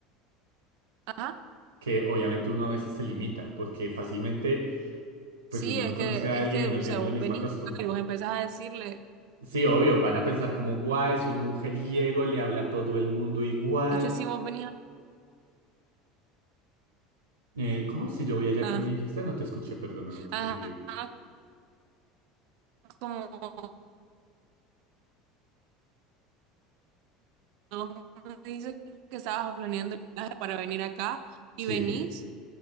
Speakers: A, on the right; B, on the right.
A: ajá,
B: Que obviamente uno a veces se limita, porque fácilmente, pues
A: sí,
B: si uno
A: es
B: no conoce
A: que,
B: a alguien
A: es que,
B: y
A: o
B: no tiene
A: sea, vos
B: la misma
A: venís
B: costumbre,
A: acá y vos empezás a decirle,
B: Sí, obvio, van a pensar como, buah, es un mujeriego, le habla a todo el mundo igual.
A: es que si vos venís
B: Eh, ¿cómo? Si yo voy
A: acá,
B: allá, que me dijiste? No te escuché, perdona, no te
A: ajá,
B: entendí bien.
A: ajá, como no me dices que estabas planeando el viaje para venir acá y
B: Sí.
A: venís,